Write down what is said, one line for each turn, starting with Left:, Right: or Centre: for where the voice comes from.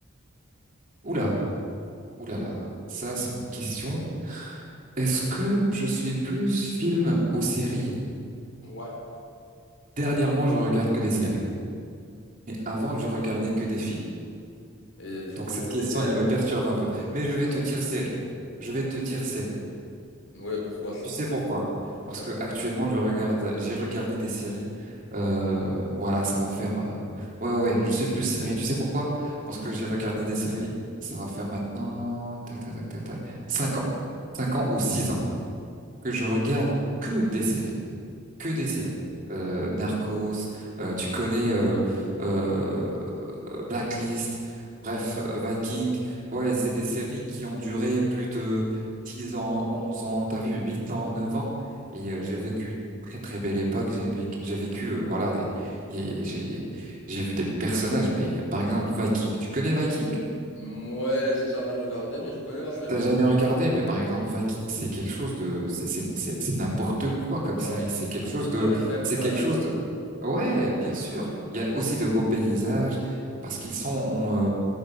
Right: Oula, oula là ça c'est une question. Est-ce que je suis plus film ou série?
Left: Ouais.
Right: Dernièrement, je regarde que des séries, mais avant, je regardais que des films.
Left: Et du
Right: Donc,
Left: coup,
Right: cette
Left: elle
Right: question,
Left: est- elle
Right: elle
Left: est-
Right: me perturbe un peu. Mais je vais
Left: ouais,
Right: te dire série. Je vais te dire série.
Left: Ouais, pourquoi ça?
Right: Tu sais pourquoi?
Left: Je préfère
Right: Parce que
Left: les films.
Right: actuellement, je regarde, j'ai regardé des séries. euh, voilà, ça va faire. euh, Ouais, ouais, ouais. Je suis plus série. Tu sais pourquoi? Parce
Left: Mm.
Right: que j'ai regardé des séries. Ça va faire maintenant, tac, tac, tac, tac, tac, cinq ans, cinq ans ou six ans que je regarde que des séries, que des séries. Euh, Narcos. euh, tu connais euh, euh, euh, Blacklist,
Left: ouais,
Right: bref, euh, Viking. Ouais, c'est des séries qui ont duré plus de 10 ans, 11 ans, t'as vu, 8 ans, 9 ans. Et euh, j'ai vécu une très très belle époque. J'ai vécu, j'ai vécu, euh, voilà, des, et j'ai j'ai vu des personnages. Mais euh, par exemple, Viking. Tu connais Viking?
Left: Ouais, j'ai jamais regardé, mais je connais la série.
Right: T'as jamais regardé, mais par exemple, Vikings, c'est quelque chose de, c'est c'est- c'est- c'est n'importe quoi comme série.
Left: Ouais.
Right: C'est quelque
Left: À
Right: chose
Left: ce qui paraît,
Right: de,
Left: c'est incroyable.
Right: c'est quelque chose de, ouais, bien sûr. Il y a aussi de beaux paysages parce qu'ils sont, en, euh,